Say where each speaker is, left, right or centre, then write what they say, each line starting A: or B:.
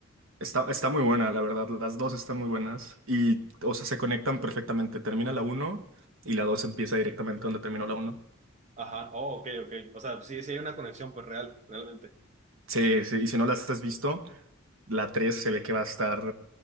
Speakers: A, on the right (about 70°); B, on the right (about 35°).
A: Está, está muy buena, la verdad. Las dos están muy buenas y, o sea, se conectan perfectamente. Termina la uno y la 2 empieza directamente donde terminó la uno
B: Ajá, oh, ok, ok. O sea, sí, sí hay una conexión, pues real, realmente,
A: Sí, sí, y si no las has visto, la 3 se ve que va a estar.